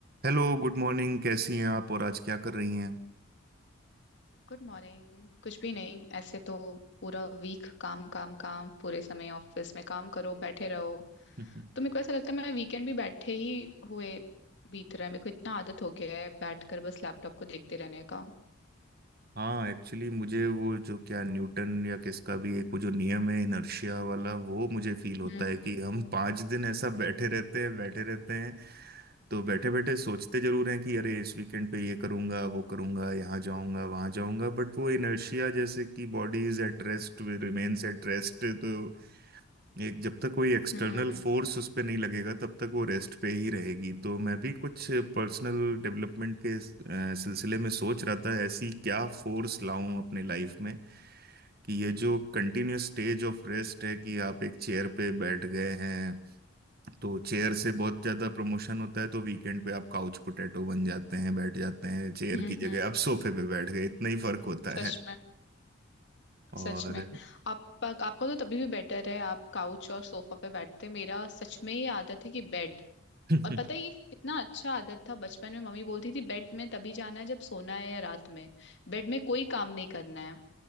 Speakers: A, on the right; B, on the left.
A: Hello good morning कैसी हैं आप और आज क्या कर रही हैं
B: Good morning कुछ भी नहीं ऐसे तो पूरा वीक काम काम काम पूरे समय ऑफिस में काम करो बैठे रहो
A: <laughs>
B: तो मेरे को ऐसा लगता है मैं वीकेंड भी बैठे ही हुए बीत रहा है मेरे को इतना आदत हो गया है बैठकर बस लैपटॉप को देखते रहने का
A: हाँ एक्चुअली मुझे वो जो क्या न्यूटन या किसका भी एक वो जो नियम है इनर्शिया वाला वो मुझे फील होता
B: हम्म
A: है कि हम पाँच दिन ऐसा बैठे रहते हैं बैठे रहते हैं तो बैठे बैठे सोचते जरूर हैं कि अरे इस वीकेंड पे ये करूंगा वो करूंगा यहाँ जाऊंगा वहाँ जाऊंगा बट वो इनर्शिया जैसे कि body is at rest remains at rest तो एक जब तक कोई एक्सटर्नल
B: <laughs> हम्म
A: फोर्स उस पे नहीं लगेगा तब तक वो रेस्ट पे ही रहेगी तो मैं भी कुछ पर्सनल डेवलपमेंट के अ, सिलसिले में सोच रहा था ऐसी क्या फोर्स लाऊं अपने लाइफ में कि ये जो कंटिन्यूस स्टेज ऑफ रेस्ट है कि आप एक चेयर पे बैठ गए हैं तो चेयर से बहुत ज्यादा प्रमोशन होता है तो वीकेंड पे आप काउच पोटैटो बन जाते हैं बैठ जाते हैं चेयर
B: हम्म
A: की जगह
B: हम्म
A: आप सोफे पे बैठ गए इतना ही फर्क होता
B: सच
A: है
B: में
A: और
B: सच में आप आपका तो तभी भी बेटर है आप काउच और सोफा पे बैठते हैं। मेरा सच में ये आदत है कि बेड
A: <laughs>
B: और पता है ये कितना अच्छा आदत था बचपन में मम्मी बोलती थी बेड में तभी जाना है जब सोना है या रात में बेड में कोई काम नहीं करना है